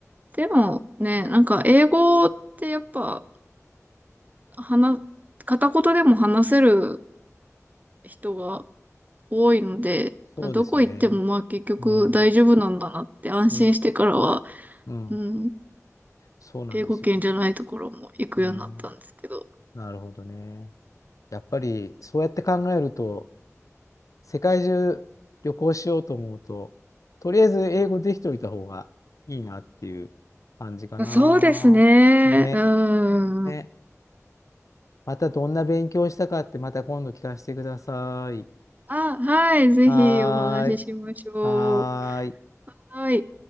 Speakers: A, on the right; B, on the left.
A: でもね、なんか英語ってやっぱ話、片言でも話せる人が多いので、
B: そうですね。
A: どこ行ってもまあ結局大丈夫なんだなって安心してからは、
B: うん、ね、うん、
A: うん、
B: そうなんですよ。
A: 英語圏じゃないところも行くようになったんですけど。
B: えーなるほどね。やっぱりそうやって考えると、世界中旅行しようと思うと、とりあえず英語できておいた方がいいなっていう感じかな。
A: そうですね。
B: ね
A: うん。
B: え。またどんな勉強したかってまた今度聞かせてください。
A: あ、はい、ぜひお話ししましょう。
B: はーい。はーい。
A: はい。